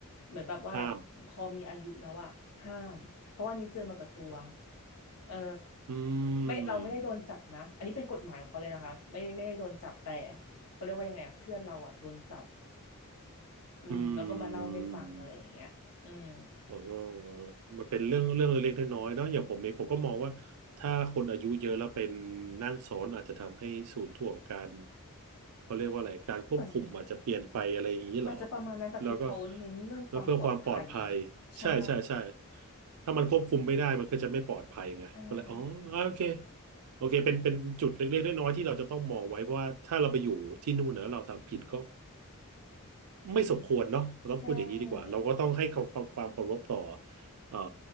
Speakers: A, on the left (about 75°); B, on the right (about 80°).
A: เหมือนแบบว่า
B: ห้าม
A: พอมีอายุแล้วอ่ะห้ามเพราะว่านี้เจอมากับตัวเออ
B: อื
A: ไม่เราไม่ได้โดนจับนะอันนี้เป็นกฎหมายของเขาเลยนะคะไม่ไม่ได้โดนจับแต่
B: ม
A: เขาเรียกว่ายังไงอะเพื่อนเราอ่ะโดนจับอืมแล้วก็มาเล่าให้ฟังอะไรอย่างเงี้ยอืม
B: อืมอ๋อมันเป็นเรื่องเรื่องเล็กๆน้อยๆเนาะอย่างผมเองผมก็มองว่าถ้าคนอายุเยอะแล้วเป็นนั่งซ้อนอาจจะทำให้ศูนย์ถ่วงการเขาเรียกว่าอะไรการควบคุมอาจจะเปลี่ยนไปอะไรอย่างนี้เหรอ
A: เหมือนอาจจะประมาณนั้นแต่คือเขาเน้นเรื่องความปลอดภัย
B: แล้วก็แล้วเพื่อความปลอดภัยใช่ใช่ใช่
A: ใช่
B: ถ้ามันควบคุมไม่ได้มันก็จะไม่ปลอดภัยไงก็เลยอ๋ออ่าโอเค
A: อ่า
B: โอเคเป็นเป็นจุดเล็กๆน้อยๆที่เราจะต้องมองไว้เพราะว่าถ้าเราไปอยู่ที่นู่นเนอะเราทำผิดก็ ไม่สมควรเนาะเราต้องพูดอย่างนี้ดีกว่าเราก็ต้องให้ความความความเคารพต่อ
A: ใช่
B: เอ่อ